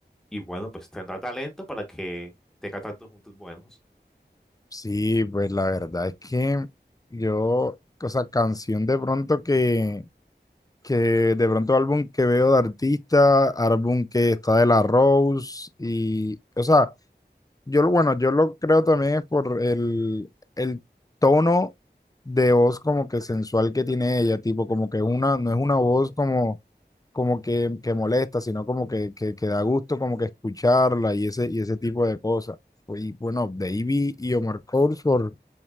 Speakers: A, in the centre; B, on the left (about 20°).
A: y bueno, pues tendrá talento para que tenga tantos juntos buenos.
B: Sí, pues la verdad es que yo, o sea, canción de pronto que, que de pronto álbum que veo de artista, álbum que está de la Rose y, o sea, yo lo, bueno, yo lo creo también es por el, el tono de voz como que sensual que tiene ella, tipo como que una, no es una voz como, como que, que molesta, sino como que, que, que da gusto como que escucharla y ese, y ese tipo de cosas. Y bueno, Davey y Omar Course por